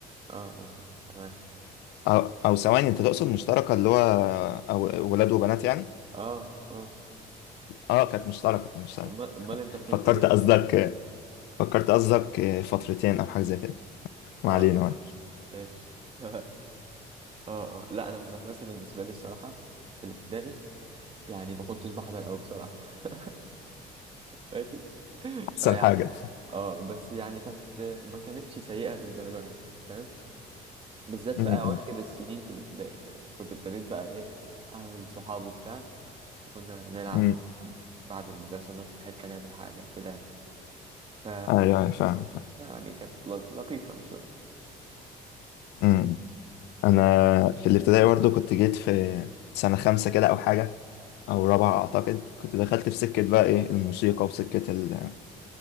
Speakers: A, on the right; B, on the left.
A: اه تمام
B: او او ثواني انت تقصد مشتركة اللي هو او ولاد وبنات يعني
A: اه اه
B: اه كانت مشتركة كانت مشتركة
A: أما- امال انت فهمت
B: فكرت
A: ايه
B: قصدك فكرت قصدك فترتين او حاجة زي كده ما
A: اه
B: علينا
A: لا
B: يعني.
A: ماشي <laughs> اه اه لا انا المدرسه بالنسبه لي الصراحه في الابتدائي يعني ما كنتش بحضر قوي بصراحه <laughs> ماشي.
B: احسن
A: فيعني
B: حاجة
A: اه بس يعني كانت ما كانتش سيئه للدرجه يعني فاهم بالذات
B: م-
A: في
B: م-
A: اواخر السنين في الابتدائي كنت ابتديت بقى ايه اعمل صحاب وبتاع فكنا نلعب
B: م.
A: بعد المدرسه نروح في حته نعمل حاجه كده يعني. ف
B: ايوه أيوة، فاهم فاهم
A: يعني كانت ل- لطيفه مش وحشه
B: م- انا
A: ف-
B: في الابتدائي برضه كنت جيت في سنه خمسة كده او حاجه او رابعه اعتقد كنت دخلت في سكه بقى ايه الموسيقى وسكه ال-